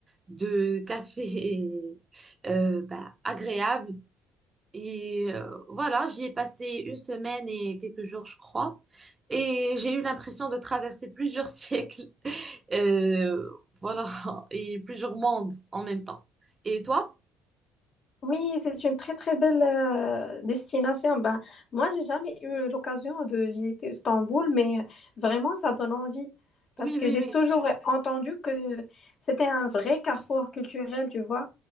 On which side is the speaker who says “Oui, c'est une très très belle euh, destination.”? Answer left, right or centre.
Left